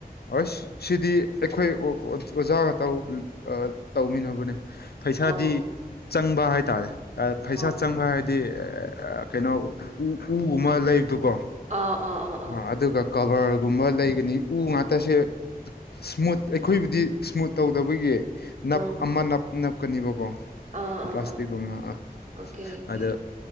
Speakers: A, on the left; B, on the right.
A: ꯑꯁ ꯁꯤꯗꯤ ꯑꯩꯈꯣꯏ ꯑꯣ ꯑꯣ ꯑꯣꯖꯥꯒ ꯇꯧ ꯑ ꯇꯧꯃꯤꯟꯅꯕꯅꯦ ꯄꯩꯁꯥꯗꯤ
B: ꯑꯣ
A: ꯆꯪꯕ ꯍꯥꯏꯇꯥꯔꯦ ꯐꯩꯁꯥ
B: ꯑꯣ
A: ꯆꯪꯕ ꯍꯥꯏ ꯗꯤ ꯀꯩꯅꯣ ꯎ ꯎꯒꯨꯝꯕ ꯂꯩꯕꯗꯨꯀꯣ
B: ꯑꯥ ꯑꯥ ꯑꯥ
A: ꯑ
B: ꯑꯥ
A: ꯑꯗꯨꯒ ꯀꯕꯔꯒꯨꯝꯕ ꯂꯩꯒꯅꯤ ꯎ ꯉꯥꯛꯇꯁꯦ ꯏꯁꯃꯨꯠ ꯑꯩꯈꯣꯏꯕꯨꯗꯤ ꯏꯁꯃꯨꯠ ꯇꯧꯗꯕꯒꯤ ꯅꯞ
B: ꯎꯝ
A: ꯑꯃ ꯅꯞ ꯅꯞꯀꯅꯤꯕꯀꯣ
B: ꯑꯥ ꯑꯥ
A: ꯄ꯭ꯂꯥꯁꯇꯤꯛꯒꯨꯝꯅ
B: ꯑꯥ
A: ꯑ
B: ꯑꯣꯀꯦ ꯑꯣꯀꯦ
A: ꯑꯗꯨ